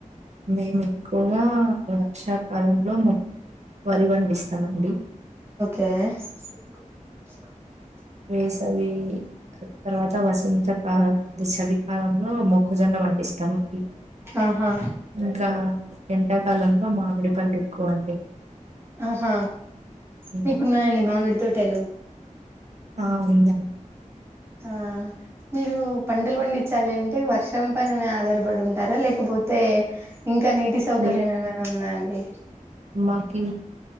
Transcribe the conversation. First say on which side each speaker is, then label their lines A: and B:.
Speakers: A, on the right; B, on the right.
A: మేము ఎక్కువగా వర్షాకాలంలో మొక్ వరి పండిస్తామండి.
B: ఏ
A: వేసవి తర్వాత వసంత కాల్ చలికాలంలో మొక్కజొండ పండిస్తామండి.
B: ఆహా
A: ఇంకా ఎండాకాలంలో మామిడిపల్ ఎక్కువ అండి.
B: ఆహా
A: ఉమ్,
B: మీకున్నాయండి మామిడి తోటలు?
A: ఆ ఉందా?
B: ఆ మీరు పంటలు పండించాలి అంటే వర్షం పైననే ఆధారపడి ఉంటారా, లేకపోతే అతే ఇంకా నీటి సౌకర్యం
A: లే
B: ఏమైనా ఉందా అండి
A: మాకి